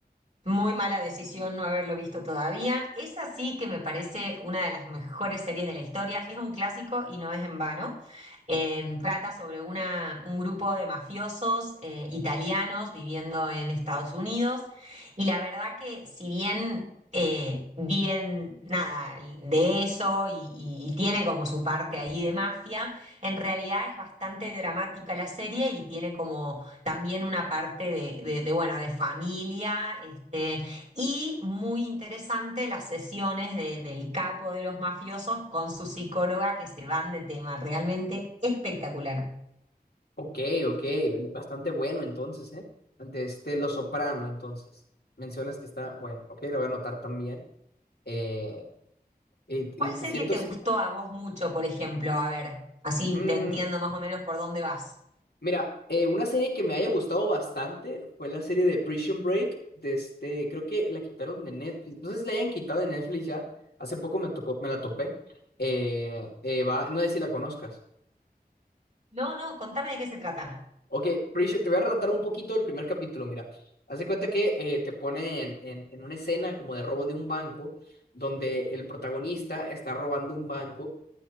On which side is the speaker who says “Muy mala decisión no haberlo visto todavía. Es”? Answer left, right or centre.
Right